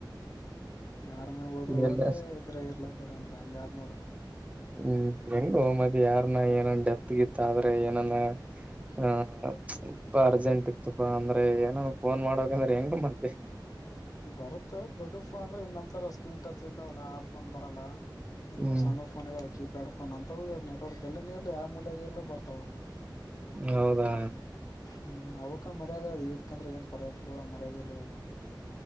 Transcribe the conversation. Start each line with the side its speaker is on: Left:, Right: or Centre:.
Left: ಯಾರನ ಹೋದ್ರೆ ಹೋಗ್ಲಿ
Right: ಎಲ್ಲ
Left: ಇದ್ರ ಇರ್ಲಕ್ಕ. ಈಡೆ ಎಂಗ ಆದನೋಡ.. <unintelligible>
Right: ಹ್ಮ್, ಹೆಂಗೋ ಮರಾಯ ಯಾರನ ಏನ್ ಡೆತ್ತ್ಗಿತ್ತ ಆದ್ರೆ ಏನಾನ
Left: ಹ. <unintelligible>
Right: ಹಪ್ಪ ಅರ್ಜೆಂಟ್ ಇತಪಾ ಅಂದ್ರೆ ಏನೋ ಫೋನ್ ಮಾಡ್ಬೇಕಂದ್ರೆ ಹೆಂಗ ಮತ್ತ..
Left: ಬರುತ್ತೆ ದೊಡ್ಡ ಫೋನ್ ಅಂದರೆ ಇ ನಮ್ಮ್ಥರ ಸ್ಕ್ರೀನ್ ಟಚ್ ಇರ್ತಾವಲ್ಲ ಆ ಫೋನ್ ಬರಲ್ಲ.. ಇವು
Right: ಹ್ಮ್
Left: ಸಣ್ಣ ಫೋನ್ ಇದಾವ ಕೀಪ್ಯಾಡ್ ಫೋನ್ ಅಂತವು ನೆಟ್ವರ್ಕ್ ಎಲ್ಲಿನ ಇರ್ಾ ಯಾವ ಮೂಲ್ಯಾಗ ಇಲಾ ಬರ್ತಾವ..
Right: ಹೌದಾ..
Left: ಹ್ಮ್ ಅವಕ್ಕ ಮರ್ಯಾದೆ ಅ ಇದಕಂದ್ರೆ ಏನ್ ಪರ ಪೂರಾ ಮರ್ಯಾದೆ ಇಲ್ಲ ಅವಕ್..